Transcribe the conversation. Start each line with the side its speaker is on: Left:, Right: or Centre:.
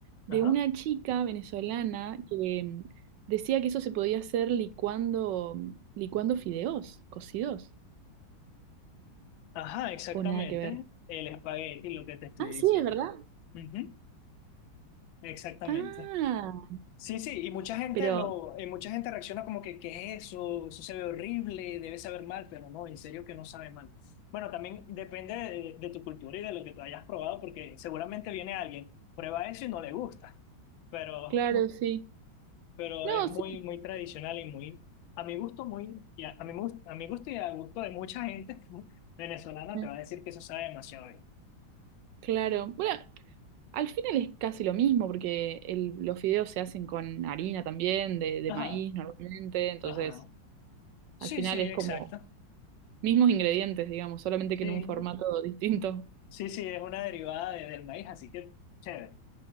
Right: de
Left: ajá,
Right: una chica venezolana que mm, decía que eso se podía hacer licuando, mm, licuando fideos cocidos,
Left: ajá, exactamente.
Right: o nada que ver.
Left: El espagueti, lo que te estoy
Right: Ah, sí,
Left: diciendo.
Right: es verdad.
Left: Ujú, Exactamente.
Right: Ah,
Left: Sí, sí, y mucha gente
Right: pero
Left: lo, eh, mucha gente reacciona como que, ¿qué es eso? Eso se ve horrible, debe saber mal, pero no, en serio que no sabe mal. Bueno, también depende de, de tu cultura y de lo que tú hayas probado, porque seguramente viene alguien, prueba eso y no le gusta. pero,
Right: claro, sí.
Left: pero
Right: No,
Left: es muy,
Right: sí.
Left: muy tradicional y muy, a mi gusto, muy, y a, a mi, gus- a mi gusto y al gusto de mucha gente <laughs> venezolana
Right: eh,
Left: te va a decir que eso sabe demasiado bien.
Right: Claro. Bueno, Al final es casi lo mismo, porque el- los fideos se hacen con harina también, de, de
Left: Ajá,
Right: maíz normalmente, entonces
Left: ajá. Sí,
Right: al final
Left: sí,
Right: es
Left: exacto.
Right: como mismos ingredientes, digamos, solamente que
Left: Sí,
Right: en un formato distinto,
Left: sí, sí, es una derivada de- del maíz, así que chévere.